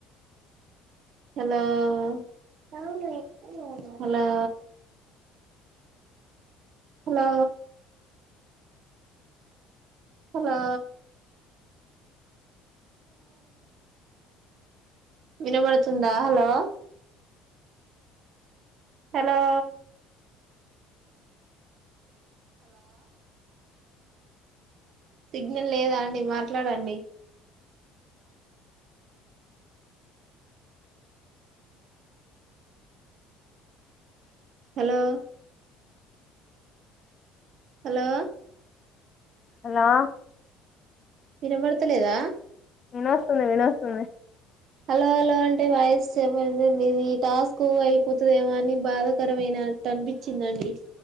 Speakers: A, on the right; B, on the left.
A: hello hello hello hello వినబడుతుందా హలో హలో సిగ్నల్ లేదా అండి మాట్లాడండి. హలో హలో
B: హలో
A: వినబడతలేదా?
B: వినొస్తుంది వినొస్తుంది
A: హలో హలో అంటే వాయిస్ ఎవరిదండి ఈ టాస్క్ అయిపోతదేమో అని బాధ కరమైన అట్ట అనిపిచ్చిందండి.